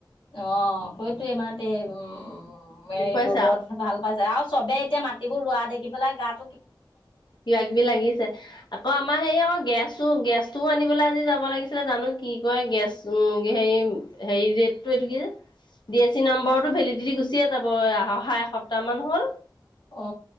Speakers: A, on the left; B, on the left.
A: অ হয়তো মাৰতে উম উ
B: দেখুৱাইছে
A: এই ৰ'দত
B: আৰু
A: ভাল পাইছে আৰু চবে এতিয়া মাটিবোৰ ৰোৱা দেখি পেলাই গাত
B: কিবা কিবি লাগিছে আকৌ আমাৰ হেৰি আকৌ গেছটো গেছটোও আনিবলৈ আজি যাব লাগিছিলে জানো কি কয় গেছ হেৰি হেই ট পগ ডি এছ চি নম্বৰটো ভেলিডিটি গুচিয়ে যাব অহা এসপ্তাহ মান হ'ল
A: অ